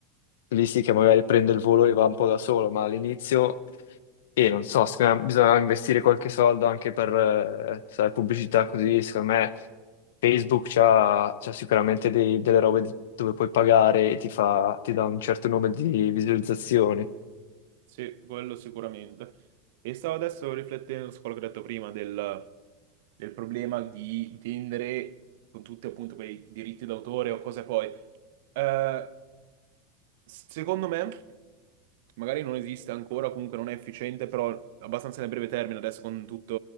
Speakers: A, on the left; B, on the right.
A: lì sì che magari prende il volo e va un po' da solo, ma all'inizio, e non so, secondo me bisogna investire qualche soldo anche per eh, sai, pubblicità così, secondo me Facebook c'ha, c'ha sicuramente dei- delle robe di- dove puoi pagare e ti fa, ti dà un certo numero di visualizzazioni.
B: Sì, quello sicuramente. E stavo adesso riflettendo su quello che ho detto prima del, del problema di vendere con tutti appunto quei diritti d'autore o cose poi. Eh, secondo me. magari non esiste ancora, o comunque non è efficiente, però abbastanza nel breve termine, adesso con tutta